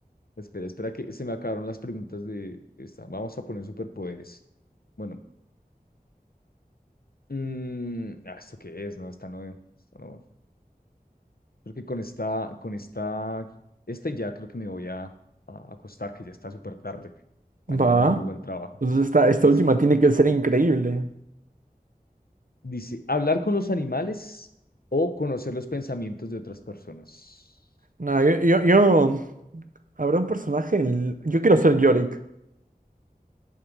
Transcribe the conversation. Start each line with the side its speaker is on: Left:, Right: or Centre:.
Left: Espera, espera que se me acabaron las preguntas de esta. Vamos a poner superpoderes. Bueno, mm, ah, ¿esto qué es? No, esta no es. Esta no. Creo que con esta, con esta, este ya creo que me voy a, a acostar, que ya está súper tarde. Mañana
Right: va.
Left: madruga el trabajo.
Right: Entonces esta, esta
Left: Listo.
Right: última tiene que ser increíble.
Left: Dice, hablar con los animales o conocer los pensamientos de otras personas.
Right: No, yo, yo, yo- Habrá un personaje en- Yo quiero ser Yorick.